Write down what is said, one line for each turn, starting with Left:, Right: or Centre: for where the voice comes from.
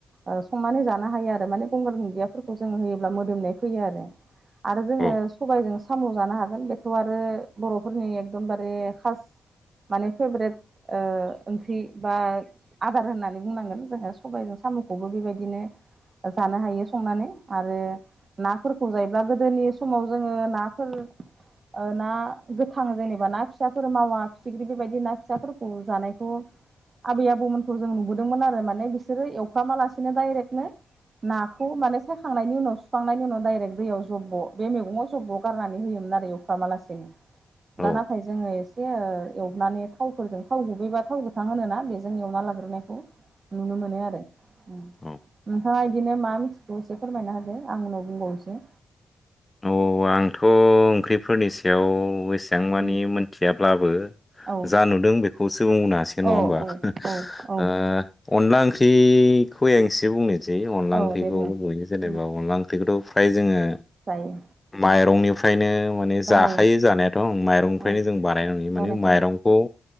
Right: ओ संनानै जानो हायो आरो माने गंगार दुनदियाफोरखौ जों होयोब्ला मोदोमनाय फैयो आरो। आरो जोङो
Left: औ
Right: सबायजों साम' जानो हागोन बेथ' आरो बर'फोरनि एकदमबारे खास माने फेभारेट ओंख्रि बा आदार होननानै बुंनांगोन जोंहा सबायजों साम'खौबो बेबायदिनो जानो हायो संनानै आरो नाफोरखौ जायोब्ला गोदोनि समाव जोङो नाफोर ना गोथां जेनेबा ना फिसाफोर मावा फिथिख्रि बेबायदि ना फिसाफोरखौ जानायखौ आबै आबौमोनखौ जों नुबोदोंमोन आरो माने बिसोरो एवफ्रामालासिनो डाइरेक्टनो नाखौ माने सायखांनायनि उनाव सुखांनायनि उनाव डाइरेक्ट दैयाव जब्ब' बे मैगङाव जब्ब' गारनानै होयो आरो मालानो दा
Left: औ
Right: नाथाय जोङो एसे एवनानै थावफोरजों थाव गुबैबा थाव गोथां होनो ना बेजों एवना लाग्रोनायखौ नुनो मोनो आरो नोंथाङा
Left: औ
Right: बिदिनो मा मिथि द एसे फोरमायना होदो आं उनाव बुंबावनोसै
Left: औ आंथ' ओंख्रिफोरनि सायाव एसे बिथां मानिे
Right: उम
Left: मोनथियाब्लाबो
Right: औ
Left: जा नुदों बेखौसो बुं बुंनो हासै नङा
Right: औ
Left: होमबा
Right: औ औ औ
Left: आ अनला ओंख्रिखौ आं एसे बुंनोसै अनला
Right: औ
Left: ओंख्रिखौ
Right: दे बुं
Left: नुयो जेनेबा
Right: उम
Left: अनला ओंख्रि बेखौथ' फ्राय जोङो
Right: जायो
Left: माइरंनिफ्रायनो माने
Right: बानायो
Left: जाखायो जानायाथ' माइरंनिफ्रायनो
Right: औ
Left: जों बानायनाय नुयो
Right: बानायखायो
Left: माने माइरंखौ